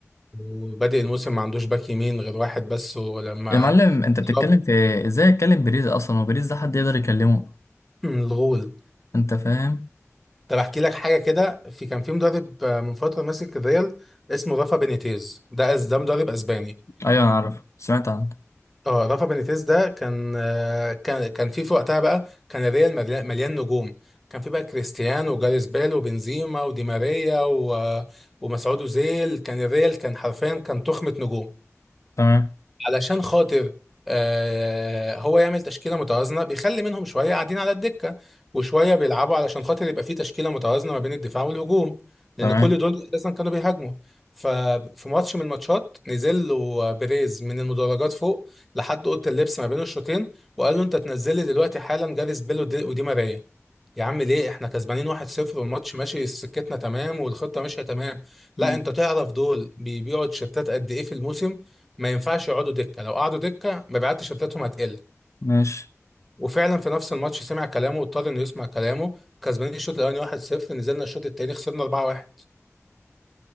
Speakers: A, in the centre; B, on the left.
A: وبادئ الموسم ما عندوش باك يمين غير واحد بس ولما
B: يا معلم انت
A: اتصاب
B: بتتكلم في إيه؟ ازاي اتكلم بيريز اصلا وبيريز ده حد يقدر يكلمه
A: <clears throat> الغول
B: انت فاهم
A: طب احكي لك حاجه كده في كان في مدرب آه، من فتره ماسك الريال اسمه رافا بينيتيز ده أس- ده مدرب اسباني
B: ايوه انا عارف سمعت عنه
A: اه رافا بينيتيز ده كان آه، كان كان في في وقتها بقى كان الريال مليان مليان نجوم كان في بقى كريستيانو وجاريث بيل وبنزيما ودي ماريا و- ومسعود اوزيل كان الريال كان حرفيا كان تخمه نجوم
B: تمام
A: علشان خاطر آه هو يعمل تشكيله متوازنه بيخلي منهم شويه قاعدين على الدكه وشويه بيلعبوا علشان خاطر يبقى في تشكيله متوازنه ما بين الدفاع والهجوم لان
B: تمام
A: كل دول اساسا كانوا بيهاجموا ففي ماتش من الماتشات نزل له بيريز من المدرجات فوق لحد اوضه اللبس ما بين الشوطين وقال له انت تنزل لي دلوقتي حالا جاريس بيل ودي ودي ماريا يا عم ليه احنا كسبانين 1-0 والماتش ماشي سكتنا تمام والخطه ماشيه تمام لا
B: مم.
A: انت تعرف دول بيبيعوا تيشيرتات قد ايه في الموسم ما ينفعش يقعدوا دكه لو قعدوا دكه مبيعات تيشيرتاتهم هتقل
B: ماشي
A: وفعلا في نفس الماتش سمع كلامه واضطر انه يسمع كلامه كسبانين الشوط الاولاني 1-0 نزلنا الشوط التاني خسرنا 4-1